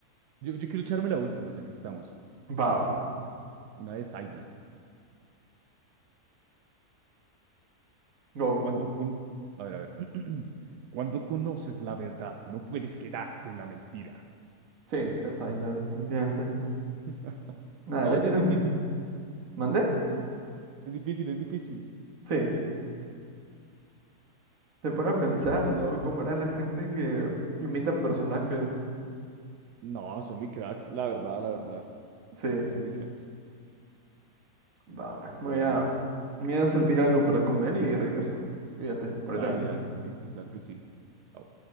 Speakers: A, on the right; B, on the right.
A: Yo, yo quiero echarme la última, ya que estamos.
B: Va, va.
A: Una de Sylas.
B: Go.
A: Cuando con... A ver, a ver. <clears throat> Cuando conoces la verdad, no puedes quedarte en la mentira.
B: Sí, es Isla, definitivamente.
A: <laughs>
B: Nada,
A: Oye,
B: eres, eres
A: es difícil.
B: un- ¿Mandé?
A: <laughs> Es difícil, es difícil.
B: Sí. Te pone a pensar, ¿no? Cómo era la gente que imita personajes.
A: No, son muy cracks, la verdad, la verdad.
B: Sí.
A: Son muy cracks.
B: Va, va.
A: Bueno,
B: Voy a... Me voy a servir algo para comer y regreso. Fíjate, ahorita
A: dale,
B: vengo.
A: dale. Listo, claro que sí. Au.